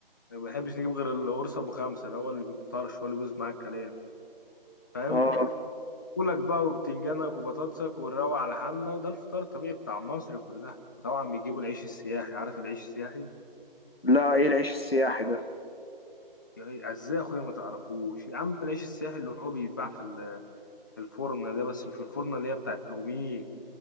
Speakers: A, on the left; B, on the left.
A: ما بحبش نجيب غير القرص ابو خمسه ده هو اللي بيطرش هو اللي بيبوظ معاك الكلام فاهم
B: اه
A: فولك بقى وبتنجانك وبطاطسك ونروق على حالنا وده الفطار الطبيعي بتاع مصر كلها وطبعا بيجيبوا العيش السياحي عارف العيش السياحي
B: لا ايه العيش السياحي ده
A: يعني ازاي يا اخويا ما تعرفوش يا عم العيش السياحي اللي هو بيتباع في الفرن ده بس مش الفرن اللي هي بتاع التوميه